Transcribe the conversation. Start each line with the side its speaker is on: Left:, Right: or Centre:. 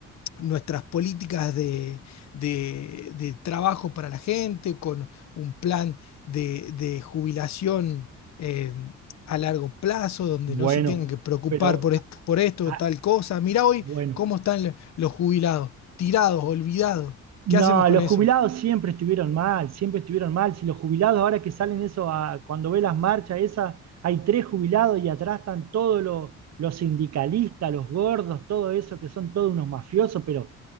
Left: nuestras políticas de, de- de trabajo para la gente, con un plan de, de jubilación eh, a largo plazo, donde
Right: Bueno,
Left: no se tengan que preocupar
Right: pero
Left: por,
Right: ah,
Left: est- por esto
Right: ah,
Left: o tal cosa. Mirá hoy
Right: bueno.
Left: cómo están los jubilados, tirados, olvidados.
Right: No,
Left: ¿Qué hacemos con
Right: los
Left: eso?
Right: jubilados siempre estuvieron mal, siempre estuvieron mal. Si los jubilados ahora que salen eso, a- cuando ve las marchas esas, hay tres jubilados y atrás están todos los, los sindicalistas, los gordos, todo eso, que son todos unos mafiosos, pero